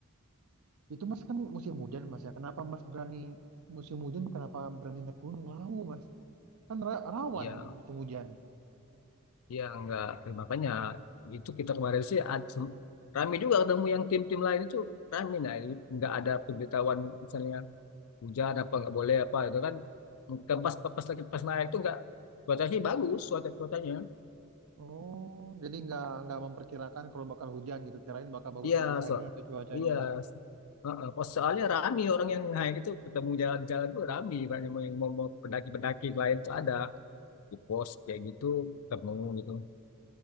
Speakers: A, on the right; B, on the left.
A: Itu mas kan musim hujan mas ya. Kenapa mas berani musim hujan? Kenapa berani naik gunung Lawu mas? Kan ra- rawan
B: ya
A: musim hujan.
B: ya enggak makanya itu kita kemarin sih ad- sem- rame juga ketemu yang tim-tim lain itu rame nah ini nggak ada pemberitahuan misalnya hujan apa nggak boleh apa itu kan Mungkin pas pas lagi pas naik itu nggak cuacanya sih bagus cuaca cuacanya
A: Oh, jadi nggak nggak memperkirakan kalau bakal hujan gitu. Kirain bakal bagus-bagus
B: iya
A: aja
B: so
A: tuh cuacanya.
B: iya Heeh, pas soalnya rame orang yang naik itu ketemu jalan-jalan tuh rame banyak yang mau, mau pendaki-pendaki lain tuh ada ke pos kayak gitu ketemu gitu